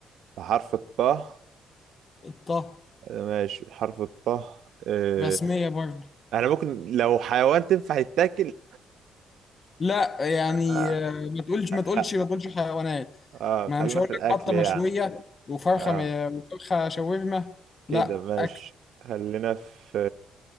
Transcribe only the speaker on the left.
الطه
رسمية برضه
لا يعني
آه ما تقولش
ما تقولش
ما تقولش حيوانات
ما
أنا مش هقول
لك بطة
مشوية وفرخة
م- وفرخة شاورما
لا
أكل